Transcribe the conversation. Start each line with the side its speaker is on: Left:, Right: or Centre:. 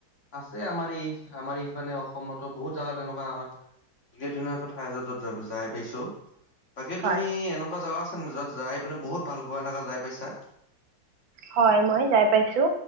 Left: আছে আমাৰ এই আমাৰ ইফালে অসমতো বহুত জাগাত তেনেকুৱা আমাৰ ধুনীয়া ধুনীয়া ঠাই যত য যাই পাইছো। বাকী
Right: হয়
Left: তুমি এনেকুৱা জাগা আছে যত। যাই পিনে বহুত ভাল পোৱা এনেকা যাই পাইছা।
Right: হয় মই যায় পাইছোঁ